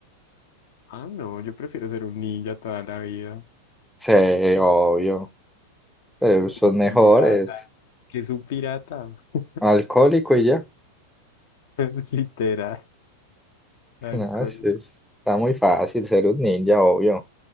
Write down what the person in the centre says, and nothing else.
Sí, obvio. eh, son
mejores,
alcohólico y ya.
No, es- es- está muy fácil ser un ninja, obvio.